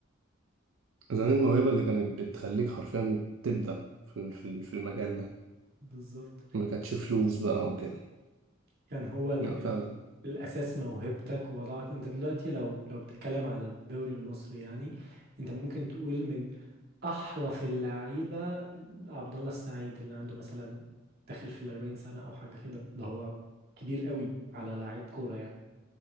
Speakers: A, on the right; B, on the right.
A: زمان الموهبة اللي كانت بتخليك حرفيا تبدأ في ال- في ال- في المجال ده
B: بالظبط
A: ما كانتش فلوس بقى وكده
B: كان هو ال
A: لا
B: ال
A: فعلا
B: الأساس موهبتك ووضعك انت دلوقتي لو لو بتتكلم على الدوري المصري يعني انت ممكن تقول من احرف اللعيبه عبد الله السعيد اللي عنده مثلا داخل في الأربعين سنه او حاجه كده اللي هو كبير قوي على لعيب كوره يعني